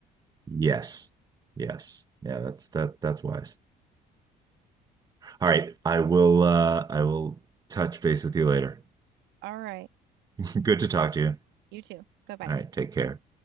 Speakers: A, on the right; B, on the right.
A: yes, yes, yeah, that's that that's wise. All right, I will uh I will touch base with you later.
B: All right.
A: <laughs> Good to talk to you.
B: You too. Bye bye.
A: All right, take care.